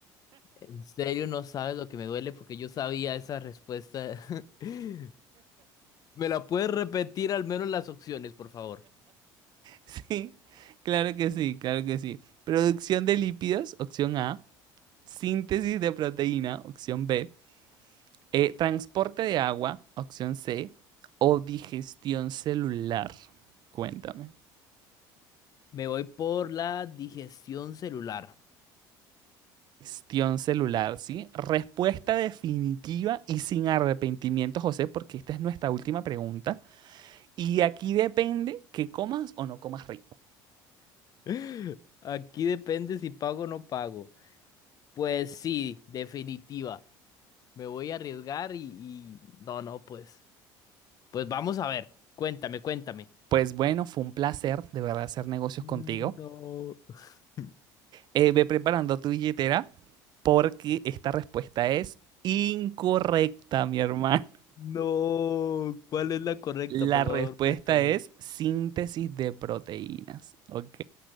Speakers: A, on the left (about 40°); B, on the right (about 50°).
A: En serio, no sabes lo que me duele porque yo sabía esa respuesta. <laughs> ¿Me la puedes repetir al menos las opciones, por favor?
B: Sí, claro que sí, claro que sí. Producción de lípidos, opción A. Síntesis de proteína, opción B Eh, transporte de agua, opción C, o digestión celular. Cuéntame.
A: Me voy por la digestión celular.
B: Digestión celular, ¿sí? Respuesta definitiva y sin arrepentimiento, José, porque esta es nuestra última pregunta. Y aquí depende que comas o no comas rico.
A: <gasps> <laughs> Aquí depende si pago o no pago. Pues sí, definitiva. Me voy a arriesgar y, y... No, no, pues. Pues vamos a ver. Cuéntame, cuéntame.
B: Pues bueno, fue un placer de verdad hacer negocios
A: No,
B: contigo.
A: <laughs>
B: Eh, ve preparando tu billetera porque esta respuesta es incorrecta, mi hermano.
A: no. ¿Cuál es la correcta?
B: La
A: Por favor,
B: respuesta
A: cuéntame.
B: es síntesis de proteínas, ¿ok?